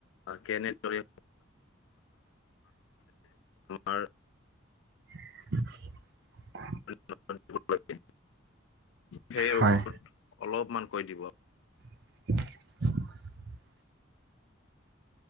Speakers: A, on the left; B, on the right.
A: কেনেৰে আৰু
B: <unintelligible>
A: <unintelligible> সেই
B: হয়,
A: ওপৰত অলপমান কৈ দিব।
B: <unintelligible>